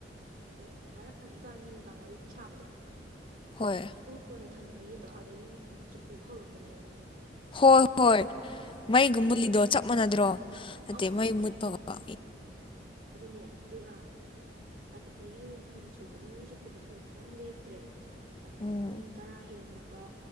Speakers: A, on the right; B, on the left.
A: ꯑꯣ ꯉꯔꯥꯡ ꯏꯕꯥꯅꯤ ꯅꯨꯡꯗꯥꯡ ꯋꯥꯔꯤ ꯁꯥꯕꯗꯣ
B: ꯍꯣꯏ
A: ꯄꯨꯡ ꯀꯣꯟꯅ ꯊꯝꯅꯈꯤꯕꯗꯣ ꯑꯗꯒꯤ ꯅꯣꯡ ꯆꯨꯕ ꯍꯧꯔꯛꯄꯅꯦꯕ
B: ꯍꯣꯏ ꯍꯣꯏ ꯃꯩꯒ
A: ꯑꯗꯨꯅꯦ
B: ꯃꯨꯠꯂꯤꯗꯣ ꯆꯞ ꯃꯥꯟꯅꯗ꯭ꯔꯣ ꯅꯠꯇꯦ
A: ꯑꯥ
B: ꯃꯩ
A: ꯑꯥ
B: ꯃꯨꯠꯄꯒ ꯑ
A: ꯑꯗꯨꯅꯦ ꯑꯗꯨꯒ ꯑꯗꯒꯤ ꯅꯣꯡ ꯆꯨꯕꯗꯅ ꯆꯨꯕꯗ ꯑꯗꯨꯝ ꯂꯦꯞꯇ꯭ꯔꯦ ꯑꯗꯨꯒ
B: ꯎꯝ
A: ꯄꯨꯡ ꯇꯔꯥ ꯍꯦꯟꯕ